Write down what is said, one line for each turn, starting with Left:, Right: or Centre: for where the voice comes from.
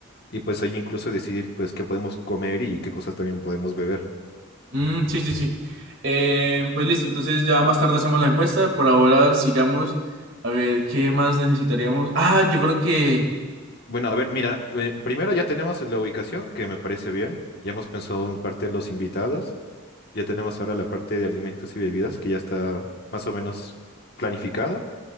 Left: y pues ahí incluso decidir pues qué podemos comer y qué cosas también podemos beber.
Right: Mm, sí, sí, sí. Eh, pues listo, entonces ya más tarde hacemos la encuesta. Por ahora sigamos a ver qué más necesitaríamos. Ah, yo creo que
Left: Bueno, a ver, mira, eh, primero ya tenemos la ubicación, que me parece bien. Ya hemos pensado en parte de los invitados. Ya tenemos ahora la parte de alimentos y bebidas, que ya está más o menos planificado.